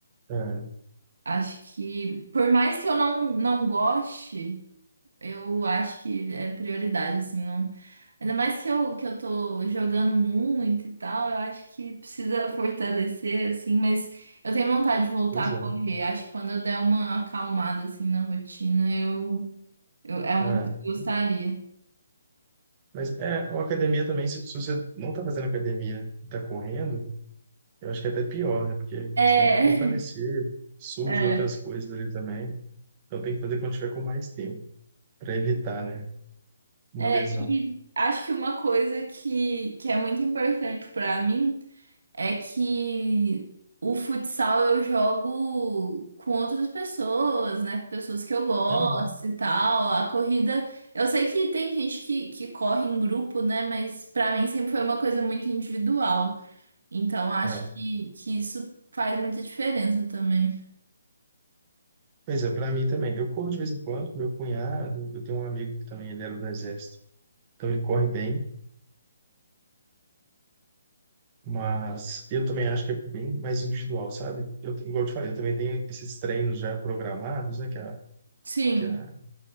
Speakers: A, on the right; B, on the right.
A: é,
B: acho que, por mais que eu não, não goste. Eu acho que é prioridade, assim, não. Ainda mais que eu, que eu tô jogando muito e tal, eu acho que precisa <laughs> fortalecer, assim, mas eu tenho vontade de voltar
A: pois
B: a
A: é.
B: correr. Acho que quando eu der uma acalmada, assim, na rotina, eu, eu é uma
A: É.
B: coisa que eu gostaria.
A: Mas é, uma academia também, se, se você não está fazendo academia e está correndo, eu acho que é até pior, né? Porque
B: É,
A: você tem que fortalecer, surge
B: <laughs>
A: outras
B: é,
A: coisas ali também. Então tem que fazer quando tiver com mais tempo, para evitar, né? uma
B: é.
A: lesão.
B: E acho que uma coisa que, que é muito importante pra mim. É que o futsal eu jogo com outras pessoas, né? Com pessoas que eu gosto
A: Uhum.
B: e tal. A corrida, eu sei que tem gente que, que corre em grupo, né? Mas pra mim sempre foi uma coisa muito individual. Então acho
A: É.
B: que, que isso faz muita diferença também.
A: Pois é, para mim também. Eu corro de vez em quando, meu cunhado, eu tenho um amigo que também ele era do exército. Então ele corre bem, mas eu também acho que é bem mais individual, sabe? Eu, igual eu te falei, eu também tenho esses treinos já programados, né, que a,
B: Sim,
A: que a,